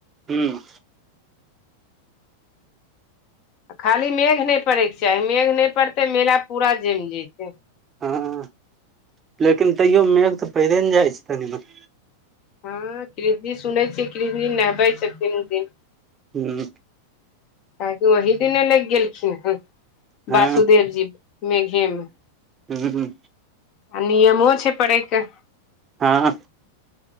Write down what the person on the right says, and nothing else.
हूँ
हँ लेकिन तैयो मेघ तऽ पहिरे ने जाइ छै तनि म
हूँ
हँ
हूँ
हँ